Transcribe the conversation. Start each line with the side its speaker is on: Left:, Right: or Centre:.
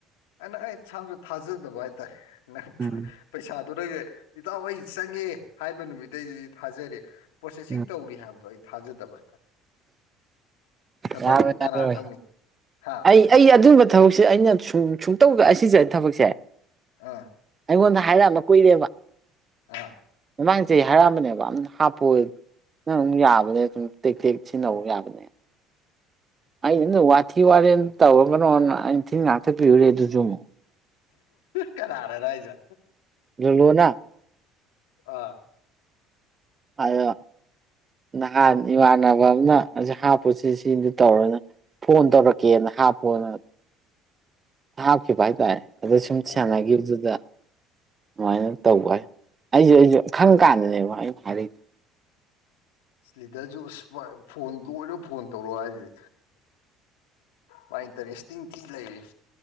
Left: ꯑꯩꯅ ꯑꯩ ꯊꯥꯁꯨ ꯊꯥꯖꯗꯕ ꯍꯥꯏꯇꯥꯔꯦ ꯅꯪ
Right: ꯎꯝ
Left: ꯄꯩꯁꯥꯗꯨ ꯑꯗꯨꯗꯩꯁꯦ ꯏꯇꯥꯎ ꯑꯩ ꯆꯪꯉꯦ ꯍꯥꯏꯕ ꯅꯨꯃꯤꯠꯇꯩꯗꯤ ꯊꯥꯖꯔꯦ ꯄ꯭ꯔꯣꯁꯦꯁꯤꯡ
Right: ꯎꯝ
Left: ꯇꯧꯔꯤ ꯍꯥꯏꯕꯗꯣ ꯑꯩ ꯊꯥꯖꯗꯕ ꯍꯥꯏꯇꯥꯔꯦ ꯈꯇꯪ
Right: ꯌꯥꯔꯣꯏ
Left: ꯀꯅꯥ
Right: ꯌꯥꯔꯣꯏ
Left: ꯈꯪꯅꯤ ꯍꯥ
Right: ꯑꯩ ꯑꯩ ꯑꯗꯨ ꯃꯇꯨꯡ ꯊꯕꯛꯁꯦ ꯑꯩꯅ ꯁꯨꯡ ꯁꯨꯡꯇꯧꯗ ꯑꯩ ꯁꯤꯁꯦ ꯊꯕꯛꯁꯦ
Left: ꯑꯥ
Right: ꯑꯩꯉꯣꯟꯗ ꯍꯥꯏꯔꯛꯑꯝꯕ ꯀꯨꯏꯔꯦꯕ
Left: ꯑꯥ
Right: ꯃꯃꯥꯡ ꯆꯍꯤ ꯍꯥꯏꯔꯛꯑꯝꯕꯅꯦꯕ ꯑꯝ ꯍꯥꯞꯄꯣꯏ ꯅꯪ ꯑꯗꯨꯝ ꯌꯥꯕꯅꯦ ꯁꯨꯝ ꯇꯦꯛꯇꯦꯛ ꯁꯤꯖꯤꯟꯅꯧ ꯌꯥꯕꯅꯦ ꯑꯩ ꯅ ꯅꯣꯏ ꯋꯥꯊꯤ ꯋꯥꯔꯦꯝ ꯇꯧꯔꯛꯀꯅꯣꯅ ꯑꯩꯟ ꯊꯤꯟ ꯉꯥꯛꯊꯠ ꯄꯤꯔꯨꯔꯦ ꯑꯗꯨꯁꯨ ꯑꯃꯨꯛ
Left: ꯀꯅꯥꯗꯅꯣ ꯍꯥꯏꯖꯦ
Right: ꯀꯩꯅꯣꯅ
Left: ꯑꯥ
Right: ꯍꯥꯏꯌꯣ ꯅꯍꯥꯟ ꯏꯃꯥꯟꯅꯕ ꯑꯃꯅ ꯑꯁꯤ ꯍꯥꯞꯄꯨꯁꯤ ꯁꯤꯗꯨ ꯇꯧꯔꯅ ꯐꯣꯟ ꯇꯧꯔꯛꯀꯦꯅ ꯍꯥꯥ ꯐꯣꯟ ꯑꯅ ꯍꯥꯞꯈꯤꯕ ꯍꯥꯏ ꯇꯥꯏ ꯑꯗ ꯁꯨꯝ
Left: ꯑꯣ
Right: ꯁꯥꯟꯅꯒꯤꯕꯗꯨꯗ ꯑꯗꯨꯃꯥꯏꯅ ꯇꯧꯕ ꯍꯥꯏ ꯑꯩꯁꯨ ꯑꯩꯁꯨ ꯈꯪ ꯀꯥꯟꯗꯅꯦꯕ ꯑꯩꯟ ꯊꯥꯔꯛꯏꯗꯨ
Left: ꯁꯤ ꯂꯤꯗꯔꯁꯨ ꯑꯁ ꯐꯣꯟ ꯂꯣꯏꯔ ꯐꯣꯟ ꯇꯧꯔꯣ ꯍꯥꯏꯁꯤ ꯃꯥ ꯏꯟꯇꯔꯦꯁꯇꯤꯡ ꯊꯤ ꯂꯩꯔꯤꯌꯦ